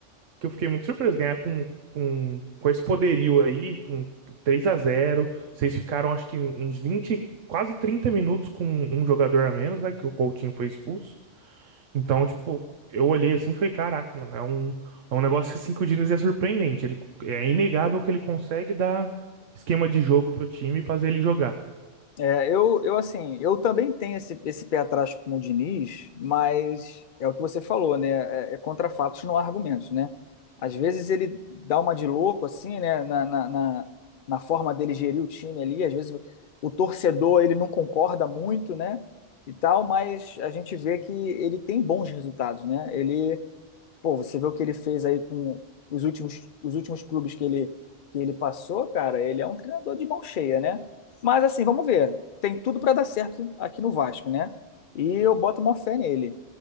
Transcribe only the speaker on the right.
que eu fiquei muito surpreso ganhar com, com, com esse poderio aí, com três a zero Vocês ficaram, acho que, uns 20 quase 30 minutos com um jogador a menos, né? Que o Coutinho foi expulso. Então, tipo, eu olhei assim e falei: caraca, mano, é um, é um negócio que, assim, que o Diniz é surpreendente. Ele, é inegável que ele consegue dar esquema de jogo pro time e fazer ele jogar.